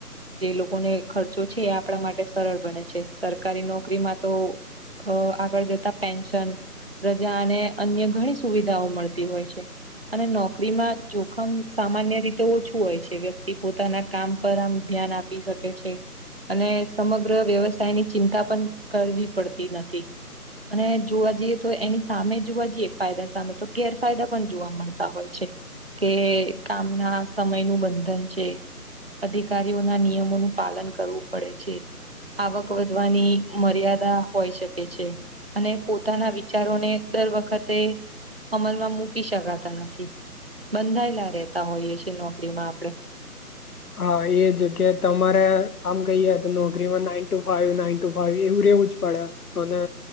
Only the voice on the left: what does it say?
હા એ જગ્યા એ તમારે, આમ કહીએ તો નોકરીમાં નાઈન ટુ ફાવ ના ટુ ફાઇ એવું રેવું જ પડે, અને